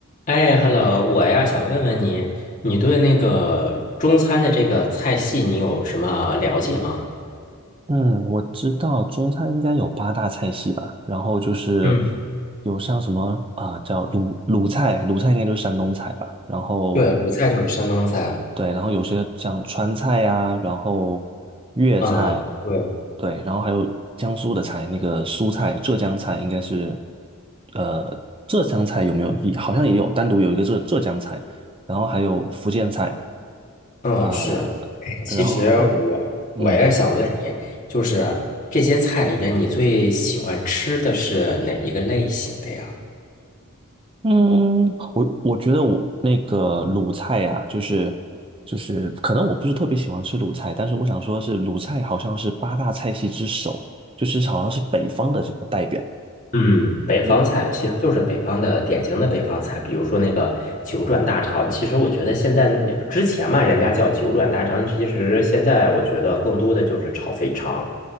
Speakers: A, on the left (about 35°); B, on the right (about 25°).
A: 哎，hello，我呀想问问你，你对那个中餐的这个菜系你有什么了解吗？
B: 嗯，我知道中餐应该有八大菜系吧，然后就是
A: 嗯，
B: 有像什么啊、叫鲁鲁菜，鲁菜应该就是山东菜吧，然后
A: 对，鲁菜就是山东菜。
B: 对，然后有些像川菜呀、然后粤菜，
A: 嗯，对，
B: 对，然后还有江苏的菜，那个苏菜、浙江菜应该是，呃，浙江菜有没有？好像也有单独有一个浙浙江菜，然后还有福建菜
A: 嗯，
B: 啊、
A: 是。哎，
B: 然后
A: 其实我我也想问你，
B: 嗯。
A: 就是这些菜里边，你最喜欢吃的是哪一个类型的呀？
B: 嗯，我我觉得我那个鲁菜呀、就是就是可能我不是特别喜欢吃鲁菜，但是我想说是鲁菜好像是八大菜系之首，就是好像是北方的这个代表。
A: 嗯，北方菜其实就是北方的典型的北方菜，
B: 你
A: 比如说那个九转大肠。其实我觉得现在你之前嘛，人家叫九转大肠，其实现在我觉得更多的就是炒肥肠，